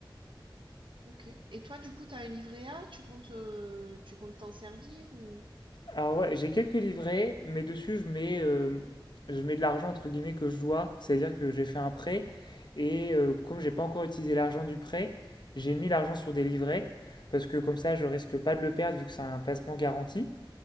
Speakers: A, on the right; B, on the left.
A: OK. Et toi, du coup, tu as un livret A, tu comptes, euh, tu comptes t'en servir ou
B: Alors ouais, j'ai quelques livrets, mais dessus je mets, euh, je mets de l'argent entre guillemets que je dois, c'est-à-dire que j'ai fait un prêt et euh, comme j'ai pas encore utilisé l'argent du prêt, j'ai mis l'argent sur des livrets parce que comme ça je risque pas de le perdre vu que c'est un placement garanti,